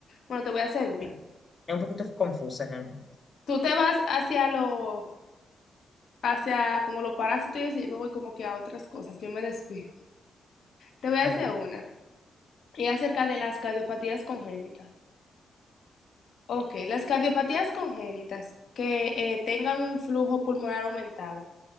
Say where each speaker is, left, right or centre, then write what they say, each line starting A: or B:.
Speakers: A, on the left; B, on the left.
A: Bueno, te voy a hacer una.
B: Sí. Es un poquito confusa realmente.
A: Tú te vas hacia los hacia como los parásitos y eso, yo me voy como que a otras cosas, yo me desvío. Te voy
B: Está
A: a hacer
B: bien.
A: una, y acerca de las cardiopatías congénitas. Ok, las cardiopatías congénitas que eh, tengan un flujo pulmonar aumentado